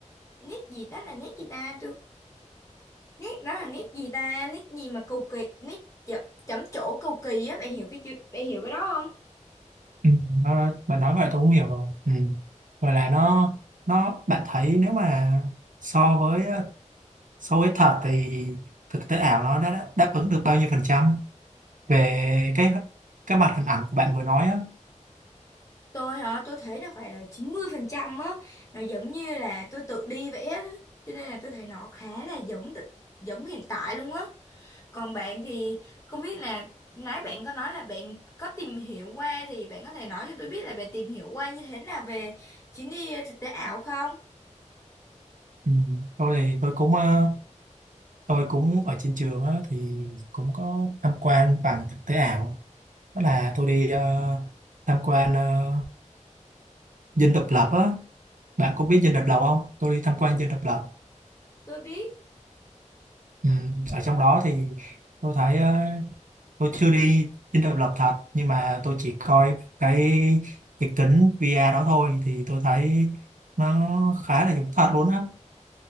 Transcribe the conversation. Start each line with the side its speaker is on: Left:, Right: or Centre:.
Left: nét gì đó là nét gì ta tôi nét đó là nét gì ta nét gì mà cầu kỳ nét chấm chậm trổ cầu kỳ á bạn hiểu cái chữ bạn hiểu cái đó không
Right: Ừ, nó nói bạn nói vậy tôi cũng hiểu rồi ừ. Vậy là nó nó bạn thấy nếu mà so với so với thật thì thực tế ảo nó đã, đã đáp ứng được bao nhiêu phần trăm về cái cái mặt hình ảnh của bạn vừa nói á
Left: tôi hả tôi thấy là phải là 90% á nó giống như là tôi tự đi vẽ đó cho nên là tôi thấy nó khá là giống giống hiện tại luôn á còn bạn thì không biết là nãy bạn có nói là bạn có tìm hiểu qua thì bạn có thể nói cho tôi biết là bạn tìm hiểu qua như thế nào về chuyến đi ờ, thực tế ảo không
Right: ừ. tôi thì tôi cũng ờ, tôi cũng ở trên trường á thì cũng có tham quan bằng thực tế ảo đó là tôi đi ờ, tham quan ờ, Dinh Độc Lập á bạn có biết Dinh Độc Lập không tôi đi tham quan Dinh Độc Lập
Left: tôi biết
Right: ừ. ở trong đó thì tôi thấy ờ, tôi chưa đi dinh độc lập thật nhưng mà tôi chỉ coi cái cái kính VR đó thôi thì tôi thấy nó khá là giống thật luôn á